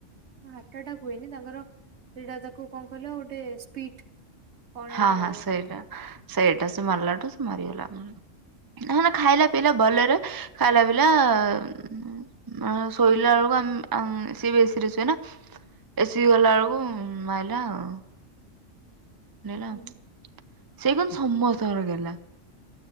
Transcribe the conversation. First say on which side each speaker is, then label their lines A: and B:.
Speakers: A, on the right; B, on the right.
A: ହାର୍ଟ୍ ଆଟାକ୍ ହୁଏନି। ତାଙ୍କର ପିଡା ଯାକୁ କଣ କହିଲ ଗୋଟେ ସ୍ପିଟ୍। କଣ
B: ହଁ
A: ଏମିତି
B: ହଁ
A: ମାରେ।
B: ସେଇଟା। ସେଇଟା ସେ ମାରିଲାଠୁ ସେ ମରିଗଲା। ଉଁ ନହେଲେ ଖାଇଲା ପିଇଲା ଭଲରେ ଖାଇଲା ପିଇଲା ଉଁ ମ ଶୋଇଲା ଅଳୁକୁ ଆମ୍ ଆମ୍ ସିଏ ବି ଏ ସି ରେ ଶୁଏ ନା। ଏ ସି ରେ ଗଲାଅଳୁକୁ ମାଇଲା ଆଉ। ନିଳମ୍
A: ହୁଁ
B: ସେ କିନ୍ତୁ ସମସ୍ତଙ୍କର ଗେହ୍ଲା।